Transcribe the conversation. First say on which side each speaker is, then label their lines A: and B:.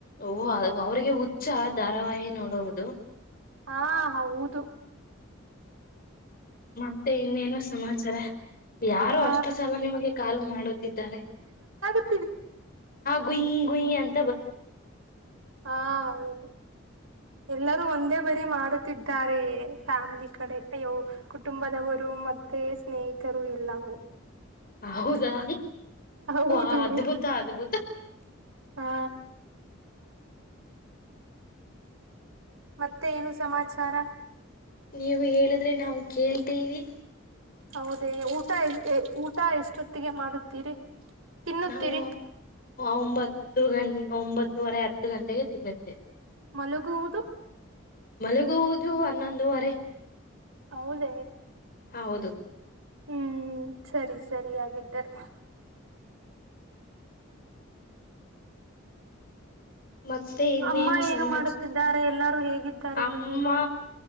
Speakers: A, on the left; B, on the right.
A: ಓ ಅವ್ರಿಗೆ ಹುಚ್ಚ ಧಾರಾವಾಹಿ ನೋಡುವುದು
B: ಹಾ ಹೌದು
A: ಮತ್ತೆ ಇನ್ನೇನು ಸಮಾಚಾರ ಯಾರೋ
B: ಹಾ
A: ಅಷ್ಟು ಸಲ ನಿಮಗೆ ಕಾಲು ಮಾಡುತ್ತಿದ್ದಾರೆ
B: ತ
A: ಗುಂ ಗುಂಯನ್
B: ಹ ಹೌದು ಎಲ್ಲರೂ ಒಂದೇ ಬರಿ ಮಾಡ ದ್ದಾರೆ ಫ್ಯಾಮಿಲಿ ಕಡೆ ಅಯ್ಯೋ ಕುಟುಂಬದವರು ಮತ್ತೆ ಸ್ನೇಹಿತರು ಎಲ್ಲವುೂ
A: ಹೌದಾ
B: ಹೌದು
A: ವ ಅದ್ಭುತ ಅದ್ಭುತ
B: ಹಾ ಮತ್ತೆ ಏನು ಸಮಾಚಾರ
A: ನೀವು ಹೇಳಿದ್ರೆ ನಾವು ಕೇಳ್ತೀವಿ
B: ಹೌದೇ ಊಟ ಎ ಊಟ ಎಷ್ಟೊತ್ತಿಗೆ ಮಾಡುತ್ತೀರಿ ತಿನ್ನುತ್ತೀರಿ
A: ನಾವು ಒಂಬತ್ತು ಹತ್ತು ಗ ಒಂಬತ್ತುವರೆ ಹತ್ತು ಗಂಟೆಗೆ ತಿನ್ನತ್ತೆ
B: ಮಲುಗ ತ
A: ಮಲಗುವುದು ಹನ್ನೊಂದುವರೆ
B: ಹೌದ
A: ಹಾ ಹೌದು
B: ಹ್ಮ್ ಸರಿ ಸರಿ ಹಾಗಗಿದ್ದಾರೆ
A: ಮತ್ತೆ ಇನ್ನೇನು
B: ಅಮ್ಮ ಏನು
A: ಸಮಾಜ
B: ಮಾಡುತ್ತಿದ್ದಾರೆ ಎಲ್ಲಾರು ಹೇಗಿದ್ದಾರೆ
A: ಅಮ್ಮ
B: ಮನೆಯಲ್ಲಿ